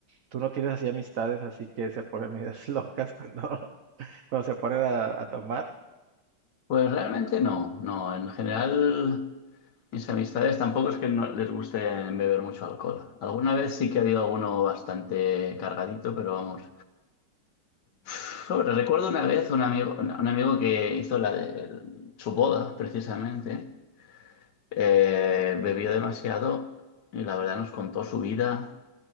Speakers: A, on the right; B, on the left.
A: Tú no tienes así amistades, así que se ponen medias <laughs> locas cuando, <laughs> cuando se ponen a, a tomar.
B: Pues realmente no, no, en general... Mis amistades tampoco es que no les guste beber mucho alcohol. Alguna vez sí que ha habido alguno bastante cargadito, pero vamos. Sobre- Recuerdo una vez un amigo, un amigo que hizo la de su boda, precisamente. Eh, bebió demasiado y la verdad nos contó su vida,